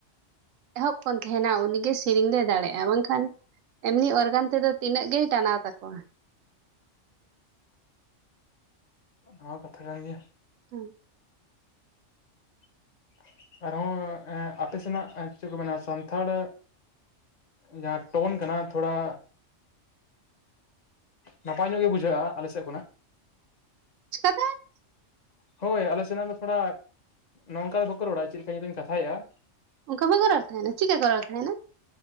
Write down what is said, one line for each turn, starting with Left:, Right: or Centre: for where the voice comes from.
Right: <inaudible> ᱮᱦᱚᱵ ᱠᱷᱚᱱ ᱛᱟᱦᱮᱱᱟ ᱩᱱᱤᱜᱮ ᱥᱮᱨᱮᱧ ᱫᱚᱭ ᱫᱟᱲᱮᱭᱟᱜ-ᱟ ᱵᱟᱝᱠᱷᱟᱱ ᱮᱢᱱᱤ ᱚᱨᱜᱟᱱ ᱛᱮᱫᱚ ᱛᱤᱱᱟᱹᱜ ᱜᱮᱭ ᱴᱟᱱᱟᱣ ᱛᱟᱠᱚᱣᱟ᱾
Left: ᱚᱱᱟ ᱦᱚ ᱠᱟᱛᱷᱟ ᱠᱟᱱ ᱜᱮᱭᱟ᱾
Right: ᱦᱩᱸ ᱾
Left: <inaudible> ᱟᱨᱦᱚᱸ ᱮ ᱟᱯᱮ ᱥᱮᱱᱟᱜ ᱪᱮᱫ ᱠᱚ ᱢᱮᱱᱟ ᱥᱟᱱᱛᱷᱟᱲ ᱡᱟᱦᱟᱸ ᱴᱳᱱ ᱠᱟᱱᱟ ᱛᱷᱚᱲᱟ ᱱᱟᱯᱟᱭ ᱧᱚᱜ ᱜᱮ ᱵᱩᱡᱷᱟᱹᱜ-ᱟ ᱟᱞᱮ ᱥᱮᱫ ᱠᱷᱚᱱᱟᱜ ᱾
Right: <unintelligible>
Left: ᱦᱳᱭ ᱟᱞᱮ ᱥᱮᱱᱟᱜ ᱫᱚ ᱛᱷᱚᱲᱟ <inaudible> ᱱᱚᱝᱠᱟ ᱫᱚ ᱵᱟᱠᱚ ᱨᱚᱲᱟ ᱪᱮᱫ ᱞᱮᱠᱟ ᱤᱧ ᱫᱚᱧ ᱠᱟᱛᱷᱟᱭᱮᱜ-ᱟ ᱾
Right: ᱚᱱᱠᱟ ᱵᱟᱠᱚ ᱨᱚᱲ ᱛᱟᱦᱮᱱᱟ ᱪᱤᱫᱠᱟ ᱠᱚ ᱨᱚᱲ ᱛᱟᱦᱮᱱᱟ?